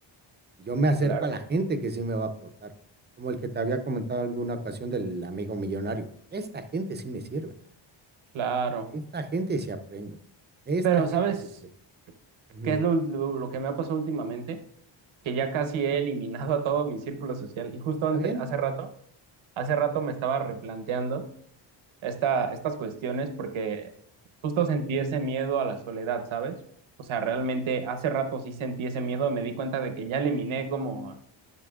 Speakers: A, on the right; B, on the right.
A: Yo me acerco
B: claro,
A: a la gente que sí me va a aportar, como el que te había comentado alguna ocasión del amigo millonario. Esta gente sí me sirve.
B: claro.
A: De esta gente sí aprendo. De esta
B: Pero
A: gente
B: ¿sabes
A: sí crezco. Ujú.
B: qué es lo, lo, lo que me ha pasado últimamente? Que ya casi he eliminado a todo mi círculo social. Y justo
A: ¿Está
B: antes,
A: bien?
B: hace rato, hace rato me estaba replanteando. esta, estas cuestiones porque justo sentí ese miedo a la soledad, ¿sabes? O sea, realmente hace rato sí sentí ese miedo, me di cuenta de que ya eliminé como